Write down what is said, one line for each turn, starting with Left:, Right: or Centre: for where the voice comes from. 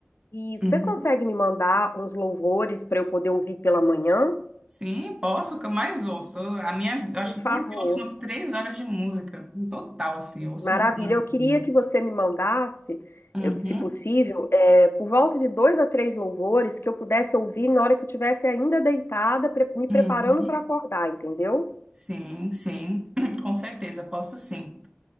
Left: isso,
Right: Uhum.
Left: você consegue me mandar uns louvores para eu poder ouvir pela manhã?
Right: Sim, posso, o que eu mais ouço. Eu- A minha, eu acho
Left: Por
Right: que
Left: favor.
Right: por dia eu ouço umas três horas de música, em total, assim, eu ouço
Left: Maravilha.
Right: muito.
Left: Eu queria
Right: muito.
Left: que você me mandasse,
Right: Uhum,
Left: eu- se possível, é, por volta de dois a três louvores que eu pudesse ouvir na hora que eu estivesse ainda deitada, pre- me preparando
Right: uhum.
Left: para acordar, entendeu?
Right: Sim, sim, <clears throat> com certeza, posso sim.